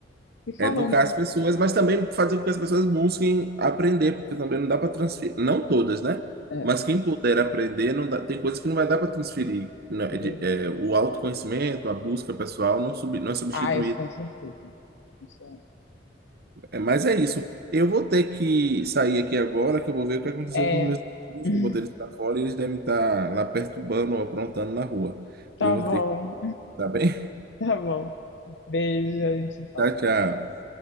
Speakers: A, on the left; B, on the right.
A: ir falando.
B: É educar as pessoas, mas também fazer com que as pessoas busquem aprender, porque também não dá para transferir, não todas, né?
A: É,
B: Mas quem puder aprender, não dá- tem coisas que não vai dar para transferir. né?
A: é verdade.
B: É de- é, o autoconhecimento, a busca pessoal não, sub- não é substituído.
A: Ah, isso com certeza. Isso
B: É, mas é isso. Eu vou ter que sair aqui agora, que eu vou ver o que aconteceu
A: é.
B: com os meus
A: É,
B: filhos,
A: <laughs>
B: que eu botei eles para fora e eles devem estar lá perturbando ou aprontando na rua.
A: tá
B: E eu vou
A: bom,
B: ter que, tá bem? <laughs>
A: tá bom. Beijo, a gente se fala.
B: Tchau, tchau.